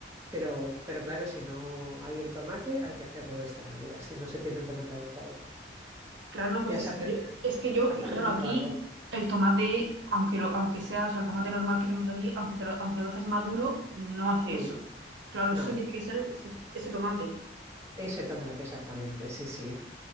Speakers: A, on the right; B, on the right.
A: Pero, pero claro, si no hay el tomate, hay que hacerlo de esta manera, si no se tiene el tomate adecuado.
B: Claro, no, pues
A: ¿Ya has
B: es
A: aprendido,
B: que yo, es que yo,
A: has
B: claro,
A: aprendido
B: aquí
A: algo?
B: el tomate, aunque lo, aunque sea, o sea, el tomate normal que tenemos aquí, aunque te lo, aunque lo dejes maduro, no hace
A: Sí,
B: eso. Claro,
A: no.
B: eso sí tiene que ser ese, ese tomate.
A: Ese tomate, exactamente, sí, sí.